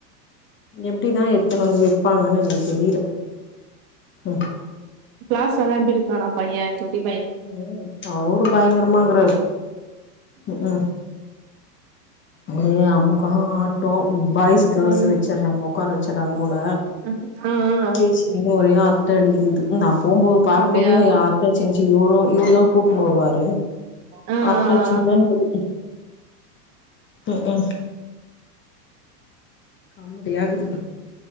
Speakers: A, on the left; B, on the right.
A: எப்டிதா இத்தனய வெப்பாங்கன்னு எனக்கு தெரியல ம்
B: கிளாஸ்லலா எப்டி இருக்கானா பைய சுட்டி
A: ம் அவரு பயங்கரமா இருக்கறாரு ம் ம் ஒரே அமக்கள ஆட்டோ பாய்ஸ் கேர்ள்ஸ்
B: ம்
A: வெச்சர்றாங்க உக்கார வெச்சர்றாங்க போல
B: அ ஆ ஆ
A: செரி செரினு ஒரே அரட்ட அடிக்கிது இது ம் நா போம்போது பாக்கும்போது
B: அப்டியா
A: அர்ட்ட அச்சின்ச்சி இவுரும் இவுரு தா கூட்னு வருவாரு
B: ஆ
A: அர்ட்ட
B: ஆ
A: ஆச்சிண்ணுதா
B: ஆ
A: இருந்துது ம் ம் காமெடி ஆகுது